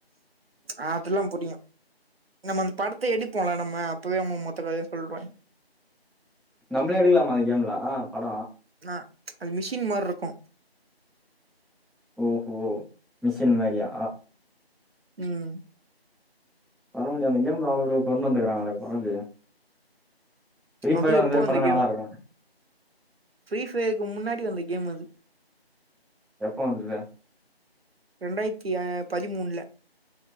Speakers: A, on the right (about 70°); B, in the centre.
A: ஆ அதெல்லா புரியு நம்ம அந்த படத்த எடுப்போல நம்ம அப்பவே நம்ம மொத்த கதய சொல்றுவாங்கே
B: நம்மளே எடுக்கலாமா அந்த கேம்ல்லா பட
A: ஆ அது மிஷின் மாரி இருக்கு
B: ஓஹோ மிஷின் மாரியா
A: ம்
B: பரவாயில்லையே அந்த கேம்ல அவ்ளோ கொண்டு வந்ருக்காங்ளே பரவாலயே ஃப்ரீ ஃபயர்
A: அதுவு
B: அந்த
A: எப்போ
B: மாரி
A: வந்த
B: பண்ணா நல்லாருக்கு
A: கேம் ஃப்ரீ ஃபயருக்கு முன்னாடி வந்த கேம் அது
B: எப்போ வந்துருக்கே
A: ரெண்டாயிரத்தி அ பதிமூணுல